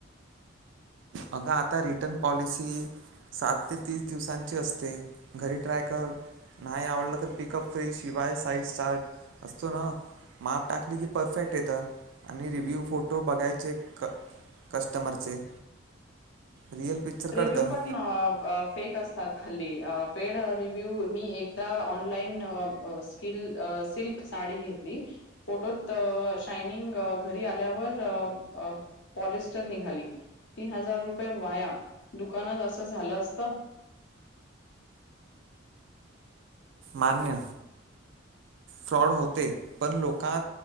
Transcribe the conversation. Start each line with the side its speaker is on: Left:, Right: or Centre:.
Right: अग आता रिटर्न पॉलिसी सात ते तीस दिवसांची असते घरी ट्राय कर. नाही आवडलं तर पिकअप फ्री शिवाय साईस स्टार्ट असतो ना माप टाकली की परफेक्ट येतं आणि रिव्ह्यू फोटो बघायचे क कस्टमरचे रिअल पिक्चर कळतं
Left: रिव्ह्यू पण अं अ फेक असतात. खाल्ली अं पेड रिव्हिव्ह मी एकदा ऑनलाईन आ स्किल अ सिल्क सा साडी घेतली फोटोत अं शायनिंग घरी आल्यावर आ पोलि स्टर निघाली तीन हजार रुपय वाया दुकानात असं झालं असत.
Right: मान्य फ्रॉड होते पण लोकात